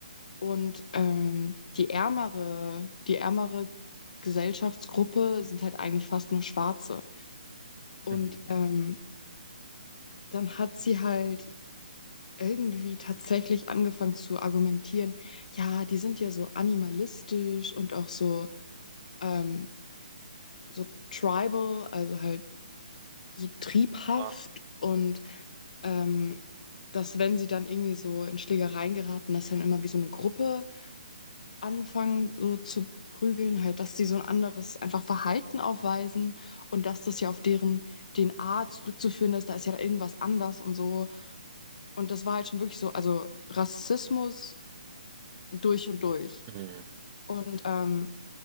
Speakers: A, on the left; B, on the right.
A: Und ähm, die ärmere, die ärmere Gesellschaftsgruppe sind halt eigentlich fast nur Schwarze. Und
B: Mhm.
A: ähm, dann hat sie halt irgendwie tatsächlich angefangen zu argumentieren, ja, die sind ja so animalistisch und auch so, ähm, so tribal, also halt so triebhaft
B: Ah,
A: und ähm, dass wenn sie dann irgendwie so in Schlägereien geraten, dass sie dann immer wie so eine Gruppe anfangen, so zu prügeln, halt, dass sie so ein anderes einfach Verhalten aufweisen und dass das ja auf deren DNA zurückzuführen ist, da ist ja da irgendwas anders und so. Und das war halt schon wirklich so, also Rassismus durch und durch.
B: Mhm.
A: Und ähm,